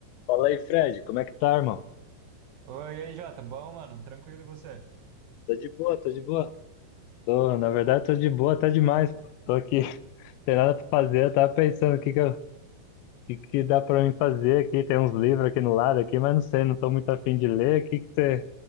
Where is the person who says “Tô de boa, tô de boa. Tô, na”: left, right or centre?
Left